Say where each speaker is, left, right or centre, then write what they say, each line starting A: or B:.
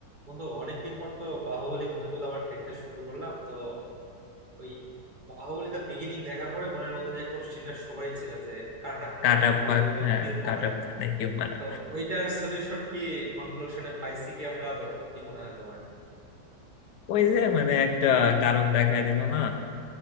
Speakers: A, on the right; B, on the left.
A: বন্ধু অনেকদিন পর তো বাহুবলী মুভিগুলো আবার দেখতে শুরু করলাম তো ওই বাহুবলী দা বিগিনিং দেখার পরে মনের মধ্যে যে কোশ্চিনটা সবারই ছিল যে কাটাপ্পানে
B: কাট up
A: বাহুবলী
B: পাক
A: কাউ
B: হ্যাঁ
A: কিউ
B: cut
A: মারা
B: up নাকি মারা
A: তো ওইটার সলিউশন কি কনক্লুশনে পাইছি কি আমরা তো কি মনে হয় তোমার
B: ওই যে মানে একটা কারণ দেখায় দিল না